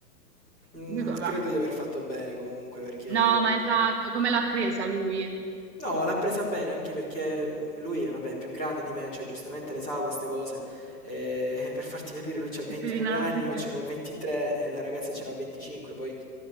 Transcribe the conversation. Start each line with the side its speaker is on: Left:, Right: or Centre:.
Left: Mm,
Right: Lui co- va-
Left: credo di aver fatto bene comunque perché...
Right: No, ma esatto, come l'ha presa lui?
Left: No, l'ha presa bene anche perché mhmm, lui, vabbè, è più grande di me, cioè giustamente le sa queste cose. Ehm, <laughs> per farti capire lui c'ha 29
Right: Queste dinamiche.
Left: anni, io ce n'ho 23 e la ragazza ce n'ha 25 poi.